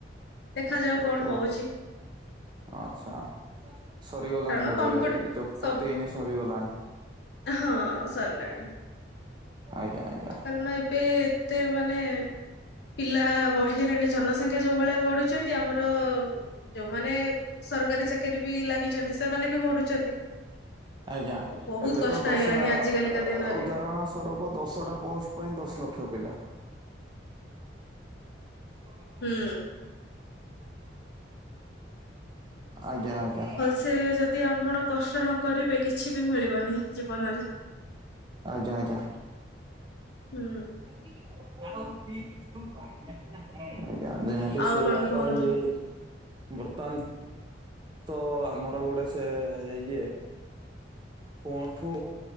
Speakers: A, on the left; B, on the right.
A: ଦେଖାଯାଉ
B: ଆଛା
A: କଣ
B: ତ
A: ହଉଛି।
B: ଆଛା। ସରିଗଲାଣି
A: କାରଣ
B: ବୋଧେ
A: କମ୍ପିଟି
B: ଯୁକ୍ତ
A: ସବ
B: ତିନି ସରିଗଲାଣି?
A: ହଁ ସରିଲାଣି।
B: ଆଜ୍ଞା।
A: କାରଣ ଏବେ ଏତେ ମାନେ ପିଲା ବଢିଗଲେଣି ଜନସଂଖ୍ୟା ଯୋଉ ଭଳିଆ ବଢୁଛନ୍ତି ଆମର ଯୋଉମାନେ ସରକାରୀ ଚାକିରି ବି ଲାଗିଛନ୍ତି ସେମାନେ ବି ବଢୁଛନ୍ତି।
B: ଆଜ୍ଞା
A: ବହୁତ
B: ଏବେ
A: କଷ୍ଟ
B: ତ ଦଶଟା
A: ହେଇଗଲାଣି ଆଜି କାଲିକା ଦିନରେ
B: ଉଦାହରଣ ତରୋପ ଦଶଟା ପୋଷ୍ଟ ପାଇଁ ଦଶ ଲକ୍ଷ ପିଲା <unintelligible>
A: ହୁଁ।
B: ଆଜ୍ଞା ଆଜ୍ଞା।
A: ସେ ଯଦି ଆପଣ କଷ୍ଟ ନ କରିବେ କିଛି ବି ମିଳିବନି ଜୀବନରେ।
B: ଆଜ୍ଞା ଆଜ୍ଞା।
A: ହୁଁ।
B: <unintelligible> ଆଜ୍ଞା <unintelligible>
A: ଆଉ
B: ସେଇଆ
A: କଣ କୁହନ୍ତୁ
B: ଟା ଇଏ ହେଇକି। ବର୍ତ୍ତମାନ ତ ଆମର ଗୋଟେ ସେ ଇଏ ପୋଣ୍ଠୁ।